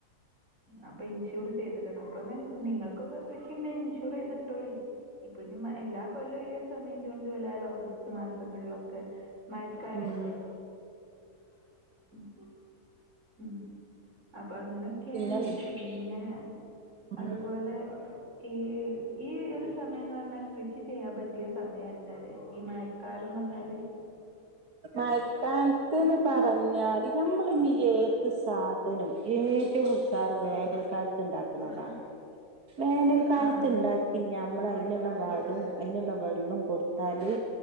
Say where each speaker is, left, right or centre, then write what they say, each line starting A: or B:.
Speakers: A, on the right; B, on the right.
A: അപ്പെ ഇൻഷൂർ ചെയ്തിടണം അപ്പൊ നി നിങ്ങൾക്കൊക്കെ കൃഷിണ്ടേൽ ഇൻഷൂറെയ്ത്ട്ടോളി ഇപ്പം ഇഞ്ഞ് മഴെ എല്ലാ കൊല്ലും ഈയൊര് സമയം ജൂൺ, ജൂലൈ, ഓഗസ്റ്റ് മാസങ്ങള്ലൊക്കെ മഴക്കാലല്ലേ
B: ഉം
A: ഉം ഉം അപ്പൊ അങ്ങനെ ക്കേണ്
B: പിന്നെ
A: പിന്നെ
B: ഉം
A: അത്പോലെ ഈ ഈ ഒര് സമയന്ന് പറ്ഞ്ഞാ കൃ ഷി ചെയ്യാൻ പറ്റിയ സമയ അല്ലല്ലേ ഈ മഴക്കാലം പർഞ്ഞാല്
B: മഴക്കാല്ത്ത്ന്ന് പറഞ്ഞാല് ഞമ്മള്ഞ്ഞി ഏത് സാ ധനം ഏറ്റവും ഉഷാർ വേനൽക്കാലത്ത് ഇണ്ടാക്ക്ണതാണ് വേനൽക്കാല്ത്ത്
A: ആഹ്
B: ഇണ്ടാ ഈ ഞമ്മളയിന്ള്ള വളും അയിന്ള്ള വെള്ളും കൊടുത്താല്